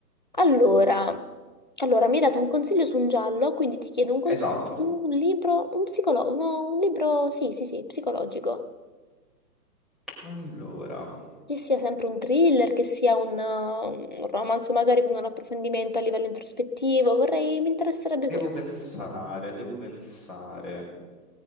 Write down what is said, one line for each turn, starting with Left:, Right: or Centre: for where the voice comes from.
Left: Allora, allora, mi hai dato un consiglio su un giallo, quindi ti chiedo un consiglio
Centre: Esatto.
Left: su un libro, un psicolo- no, un libro, sì, sì, sì, psicologico.
Centre: Allora,
Left: Che sia sempre un thriller, che sia un, uh, un romanzo magari con un approfondimento a livello introspettivo, vorrei, mi interesserebbe
Centre: Devo
Left: questo.
Centre: pensare, devo pensare.